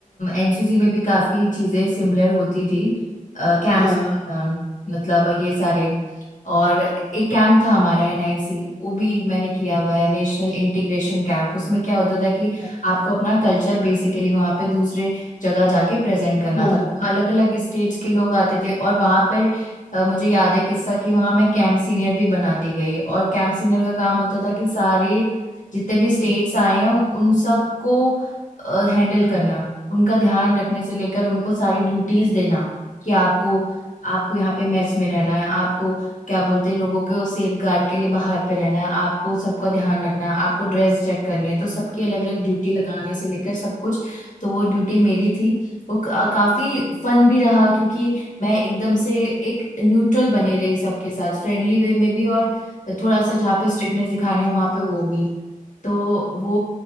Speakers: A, on the left; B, on the left.
A: एनसीसी में भी काफी चीजें सिमिलर होती थी कैंप्स
B: हाँ
A: के दौरान मतलब ये सारे और एक कैंप था हमारा एनआईसी वो भी मैंने किया हुआ है नेशनल इंटीग्रेशन कैंप उसमें क्या होता था कि
B: अच्छा
A: आपको अपना कल्चर बेसिकली वहाँ पे दूसरे जगह जाके प्रेजेंट करना
B: हाँ
A: था अलग अलग स्टेट्स के लोग आते थे और वहाँ पर अ, मुझे याद है किस्सा कि वहाँ मैं कैंप सीनियर भी बना दी गई और कैंप सीनियर का काम होता था कि सारे जितने भी स्टेट्स आए हैं उन सबको हैंडल करना उनका ध्यान रखने से लेकर उनको सारी ड्यूटीज देना कि आपको आपको यहाँ पे मेस में रहना है आपको क्या बोलते हैं लोगों को सेफ गार्ड के लिए बाहर पे रहना है आपको सबका ध्यान रखना है आपको ड्रेस चेक करनी है तो सबकी अलग अलग ड्यूटी लगाने से लेकर सब कुछ तो वो ड्यूटी मेरी थी वो का- काफी फन भी रहा क्योंकि मैं एकदम से एक न्यूट्रल बनी रही सबके साथ फ्रेंडली वे में भी और थोड़ा सा जहाँ पे स्ट्रिक्टनेस दिखानी है वहां पे वो भी तो वो